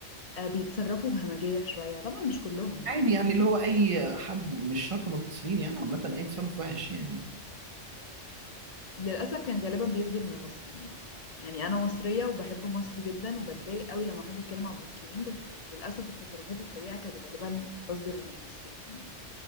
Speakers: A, on the left; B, on the right.
A: آه، بيتصرفوا بهمجية شوية طبعا مش كلهم يعني
B: عادي يعني اللي هو اي حد مش شرط مصريين يعني عامه اي تصرف وحش يعني
A: للأسف كان غالبا بيصدر من المصريين يعني أنا مصرية وبحب مصر جدا وبتضايق قوي لما حد يتكلم عن المصريين بس للأسف التصرفات السيئة كانت غالبا بتصدر من المصريين يعني